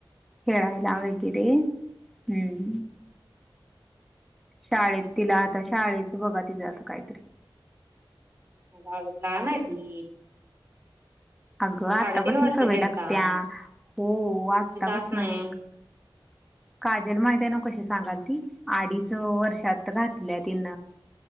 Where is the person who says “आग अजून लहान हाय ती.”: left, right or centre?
Right